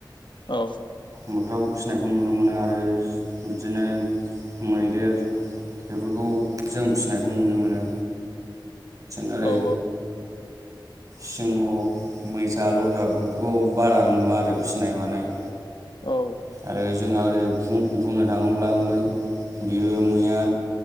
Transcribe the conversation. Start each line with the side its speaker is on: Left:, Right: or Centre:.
Left: औ
Right: मोख्राखौ फिसिनायखौ नुनो मोनो आरो बिदिनो मैदेर बेफोरखौ जों फिसिनायखौ नुनो मोनो। <inaudible> ओरै
Left: औ
Right: सिंह' मोसा लख्रा बेफोरखौ बारा नुवा आरो फिसिनाय मानाय
Left: औ
Right: आरो जोंहा ओरै बुंनो थाङोब्ला मै बियो मैया